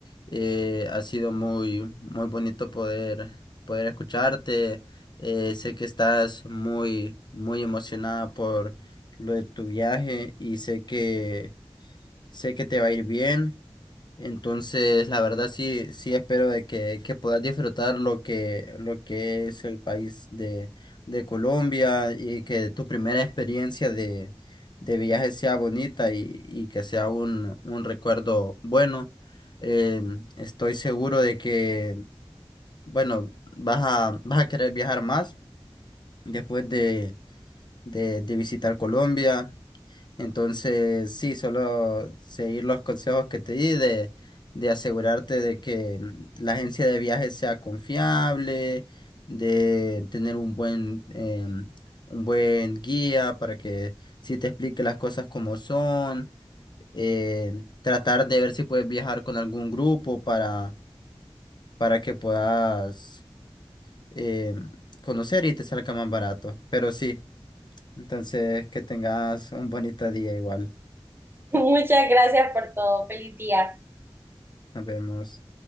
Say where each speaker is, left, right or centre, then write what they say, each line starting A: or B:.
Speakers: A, on the left; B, on the right.
A: eh, ha sido muy, muy bonito poder, poder escucharte. Eh, sé que estás muy, muy emocionada por lo de tu viaje y sé que, sé que te va a ir bien. Entonces, la verdad sí, sí espero de que, que puedas disfrutar lo que, lo que es el país de, de Colombia y que tu primera experiencia de, de viaje sea bonita y, y que sea un, un recuerdo bueno. Eh, estoy seguro de que, bueno, vas a, vas a querer viajar más después de, de, de visitar Colombia. Entonces, sí, solo seguir los consejos que te di de, de asegurarte de que mm, la agencia de viajes sea confiable, de tener un buen, em, un buen guía para que sí te explique las cosas como son, eh, tratar de ver si puedes viajar con algún grupo para, para que puedas em, conocer y te salga más barato. Pero sí, entonces que tengas un bonito día igual.
B: <laughs> Muchas gracias por todo, feliz día.
A: Nos vemos.